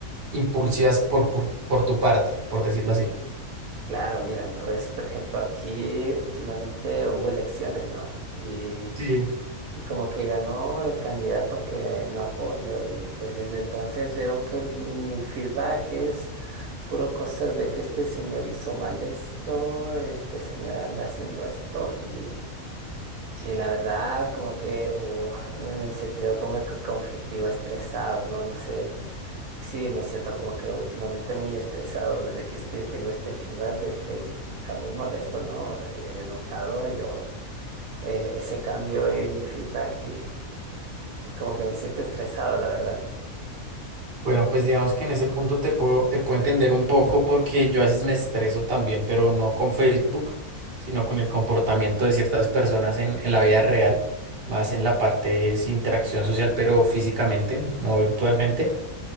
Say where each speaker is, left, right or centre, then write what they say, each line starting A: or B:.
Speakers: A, on the right (about 50°); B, on the right (about 70°).
A: impulsivas por, por, por tu parte, por decirlo así?
B: Claro, mira, ¿no ves? Por ejemplo, aquí últimamente hubo elecciones, ¿no? y
A: Sí.
B: Y como que ganó el candidato que no apoyo y pues desde entonces veo que mi feedback es puro cosas de que este señor hizo mal esto, este señor anda haciendo esto y, y la verdad como que uh, me he sentido como que conflictivo, estresado, ¿no? No sé, sí, me siento como que últimamente muy estresado desde que este, tengo este feedback del Facebook. Era muy molesto, ¿no? He he notado yo eh, ese cambio en mi feedback y y como que me siento estresado, la verdad.
A: Bueno, pues digamos que en ese punto te puedo, te puedo entender un poco porque yo a veces me estreso también, pero no con Facebook, sino con el comportamiento de ciertas personas en, en la vida real, más en la parte es interacción social, pero físicamente, no virtualmente.